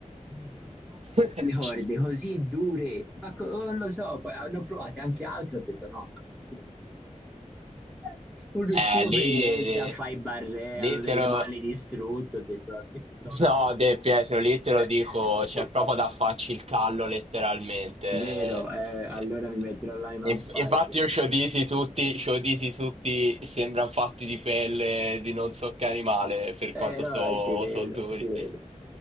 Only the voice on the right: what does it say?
<laughs>
Eh, lì,
lì
te lo...
No,
De Pietro, lì te
lo dico, c'è
proprio da farci il callo letteralmente.
Eh,
inf-
infatti io ci ho diti tutti, ci ho diti tutti, sembrano fatti di pelle di non so che animale, per quanto
so,
so duri.